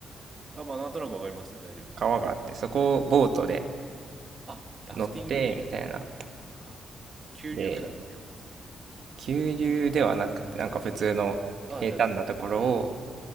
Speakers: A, on the right (about 30°); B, on the right (about 55°).
A: あ。あ、まあ、なんとなくわかりますよ。大丈夫です。
B: 川があってそこをボートで
A: なるほど。はいあ、ラフティングみたいなこと。
B: 乗ってみたいな
A: あ、急流下りみたいなことですか。
B: で急流ではなくて、なんか普通の平坦なところを
A: ああ、じゃあ普通。